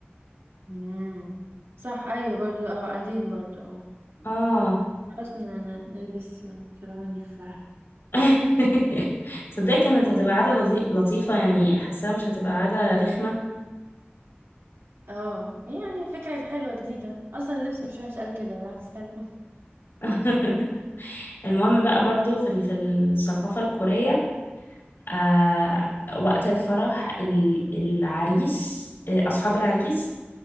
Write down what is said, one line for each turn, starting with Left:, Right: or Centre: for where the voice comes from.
Right: امم صح ايوه برضو اه قديم برضو اه
Left: اه
Right: خلاص ن- ن- نلبس آه، فرعوني في فرح
Left: <laughs> تصدقي كانت هتبقى عادة لطي- لطيفة يعني حاساها مش هتبقى عادة رخمة
Right: اه يعني فكرة حلوة جديدة اصلا اللبس مش وحش قوي كده بالعكس حلو
Left: <laughs> المهم بقى برضو في ال- في الثقافة الكورية آه وقت الفرح ال- العريس آه أصحاب العريس